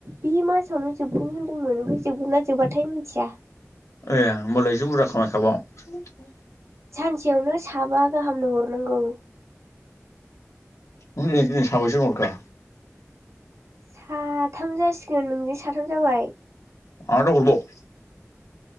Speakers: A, on the right; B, on the left.
A: बे मासावनो जोबगोन होनदोंमोन ओमफ्राय जोबगोनना जोबबाथाय मिथिया
B: ए होनबालाय एसे बुरजा खामाय खाबाव
A: सानसेयावनो साबा गाहामनो हरनांगौ
B: उम नों दिनै साबसे हरखो
A: साथाम जासिगोन नोंजों साथाम जाबाय
B: आरो हरबाव